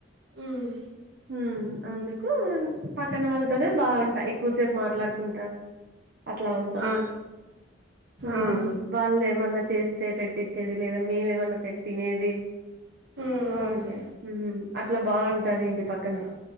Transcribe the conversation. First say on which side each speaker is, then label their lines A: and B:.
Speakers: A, on the right (about 80°); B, on the right (about 60°).
A: ఉమ్
B: హూ అందుకు పక్కన వాళ్ళతోనే బాగుంటాయి ఎక్కువసేపు మాట్లాడుకుంటా అట్లా ఉంటాం
A: ఆ
B: ఉమ్
A: అవును
B: వాళ్ళు ఏమన్నా చేస్తే పెట్టించేది లేదా మేము ఏమన్నా పెట్టి తినేది
A: ఉ ఓకే
B: హమ్ అట్లా బాగుంటాది ఇంటి పక్కన